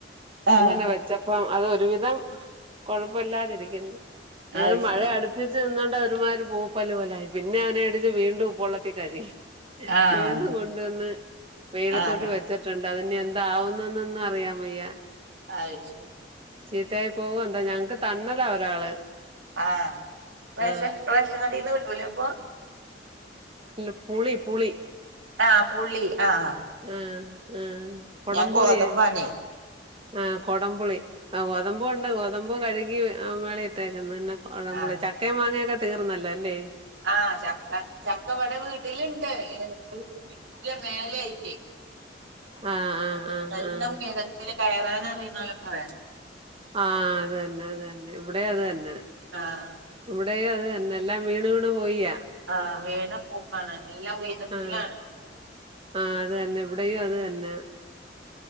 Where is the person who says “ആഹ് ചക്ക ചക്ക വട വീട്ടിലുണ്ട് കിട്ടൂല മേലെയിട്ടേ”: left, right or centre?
Right